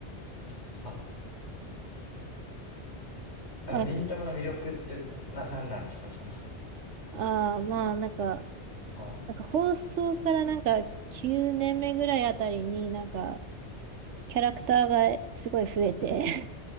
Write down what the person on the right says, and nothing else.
あ、
あー、まあ、なんか、
なんか放送からなんか9年目ぐらいあたりになんかキャラクターがすごい増えて